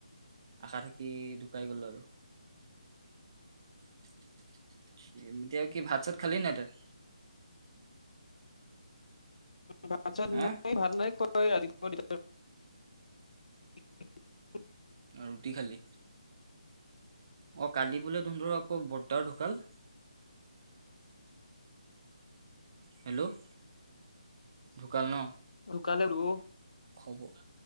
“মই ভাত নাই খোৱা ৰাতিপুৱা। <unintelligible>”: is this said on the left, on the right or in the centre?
Left